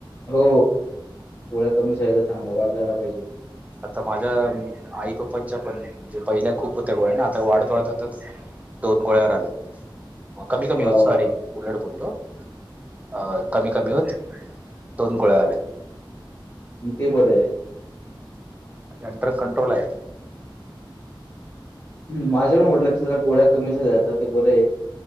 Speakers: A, on the left (about 25°); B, on the right (about 15°).
A: हो गोळ्या कमी जायला चांगल्या. वाढल्या नाही पाहिजेत.
B: आता माझ्या आईप्पांच्या पण म्हणजे पहिल्या खूप होत्या गोळ्या ना. आता वाढत वाढत <unintelligible> दोन गोळ्यावर आलेत. मग कमी कमी
A: वाह!
B: होत
A: वाह!
B: सॉरी
A: वाह!
B: उलट बोललो. अ कमी कमी होत. दोन गोळ्या आलेत.
A: ते बरयं.
B: म्हजे अंडर कंट्रोल हाय.
A: माझ्या पण वडिलांच्या जरा गोळ्या कमी झाल्या आता ते बरयं